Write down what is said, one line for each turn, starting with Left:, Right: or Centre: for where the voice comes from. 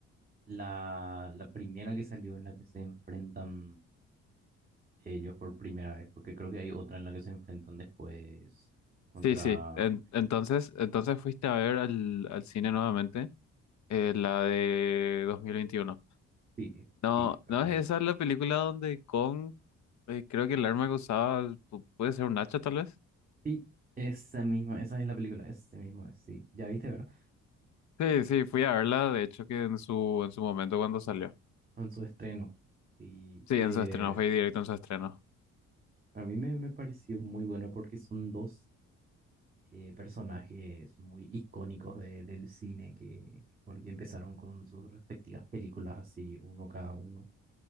Right: La, la primera que salió en la que se enfrentan ellos por primera vez, porque creo que hay otra en la que se enfrentan después contra...
Left: Sí, sí, En- entonces, entonces fuiste a ver al, al cine nuevamente, eh, la de 2021.
Right: Sí, ex-
Left: No,
Right: sí, exactamente.
Left: no es esa la película donde Kong, eh, creo que el arma que usaba pu- puede ser un hacha tal vez.
Right: Sí, esa misma, esa es la película, ese mismo es, sí. Ya viste, ¿verdad?
Left: Sí, sí, fui a verla, de hecho que en su, en su momento cuando salió.
Right: En su estreno. Sí,
Left: Sí,
Right: eh,
Left: en su estreno, fue directo en su estreno.
Right: a mí me, me pareció muy bueno porque son dos eh, personajes muy icónicos de- del cine que porque empezaron con sus respectivas películas así, uno cada uno.